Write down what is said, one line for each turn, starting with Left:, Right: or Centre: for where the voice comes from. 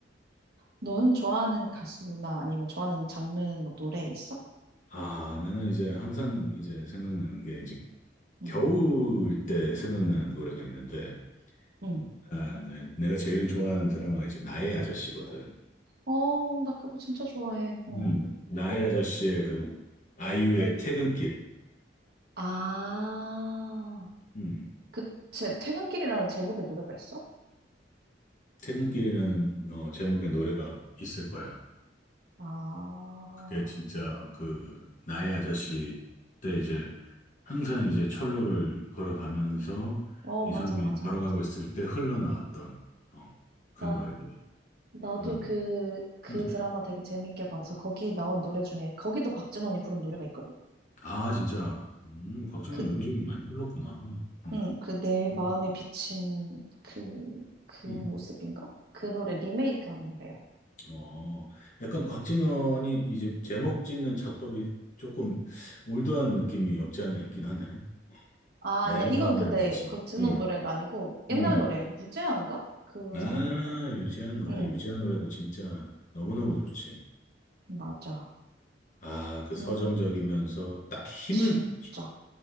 Right: 너는 좋아하는 가수나 아니면 좋아하는 장르 뭐 노래 있어?
Left: 아, 나는 이제 항상 이제 생각나는 게 이제
Right: 응.
Left: 겨울 때 생각나는 노래가 있는데,
Right: 응.
Left: 아, 내, 내가 제일 좋아하는 드라마가 이제 나의 아저씨거든.
Right: 어, 나 그거 진짜 좋아해. 어.
Left: 음, 나의 아저씨의 그 아이유의 퇴근길.
Right: 아,
Left: 음,
Right: 그, 제 퇴근길이라는 제목의 노래가 있어?
Left: 퇴근길이라는 어, 제목의 노래가 있을 거야.
Right: 아,
Left: 그게 진짜 그 나의 아저씨 때 이제 항상 이제 철로를 걸어가면서
Right: 어,
Left: 이선균이
Right: 맞아, 맞아,
Left: 걸어가고
Right: 맞아.
Left: 있을 때 흘러나왔던 어, 그
Right: 나,
Left: 노래들.
Right: 나도
Left: 음,
Right: 그, 그
Left: 음.
Right: 드라마 되게 재밌게 봐서 거기 나온 노래 중에, 거기도 곽진원이 부른 노래가 있거든?
Left: 아 진짜 음, 곽진원
Right: 그,
Left: 여기저기 많이 불렀구나. 음,
Right: 응, 그 내 마음에
Left: 음,
Right: 비친 그, 그
Left: 음.
Right: 모습인가? 그 노래 리메이크한 노래야.
Left: 어, 약간 곽진원이 이제 제목 짓는 작법이 조금 올드한 느낌이 없지 않아 있긴 하네.
Right: 아,
Left: 내
Right: 아니야.
Left: 마음의
Right: 이건 근데
Left: 빛이.
Right: 곽진원
Left: 음,
Right: 노래가 아니고 옛날
Left: 음.
Right: 노래야. 유재하인가? 그
Left: 아,
Right: 사람 노래일까?
Left: 유재한 노래.
Right: 응.
Left: 유재한 노래도 진짜 너무너무 좋지.
Right: 맞아.
Left: 아, 그
Right: 그리고
Left: 서정적이면서 딱 힘을,
Right: 진짜.